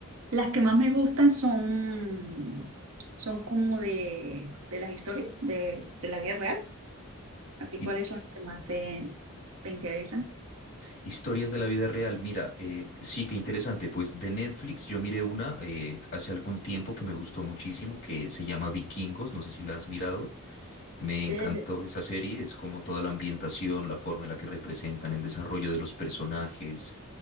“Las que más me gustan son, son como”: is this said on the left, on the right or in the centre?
Right